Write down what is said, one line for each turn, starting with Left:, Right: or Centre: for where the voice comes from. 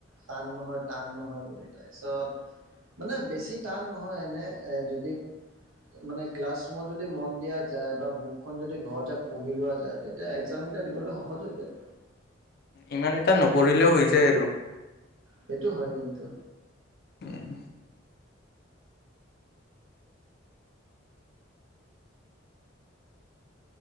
Right: টান নহয়, টান নহয় বুলি তাৰপিছত মানে বেছি টান নহয়, এনে যদি মানে ক্লাছ ৰুমত যদি মন দিয়া যায়, বা বুকখন যদি ঘৰতে পঢ়ি লোৱা যায় তেতিয়া এক্জাম তা দিবলৈ সহজ হৈ যায়।
Left: ইমান এটা নপঢ়িলেও হৈ যায় আৰু।
Right: সেইটো হয় কিন্তু।
Left: উম।